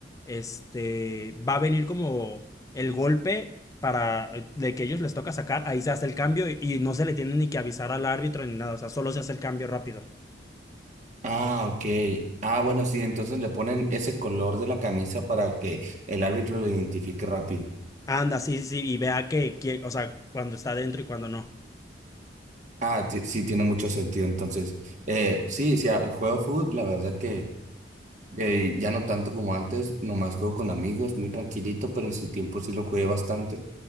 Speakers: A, on the left; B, on the right.
A: este va a venir como el golpe para eh, de que ellos les toca sacar, ahí se hace el cambio y, y no se le tiene ni que avisar al árbitro ni nada. O sea, solo se hace el cambio rápido.
B: Ah, ok. Ah, bueno, sí, entonces le ponen ese color de la camisa para que el árbitro lo identifique rápido.
A: Anda, sí, sí, sí, y vea que, que- o sea, cuando está dentro y cuando no.
B: Ah, ti- sí, tiene mucho sentido. Entonces, eh, sí, sí, ah, juego fútbol, la verdad que Eh, ya no tanto como antes, nomás juego con amigos, muy tranquilito, pero en su tiempo sí lo jugué bastante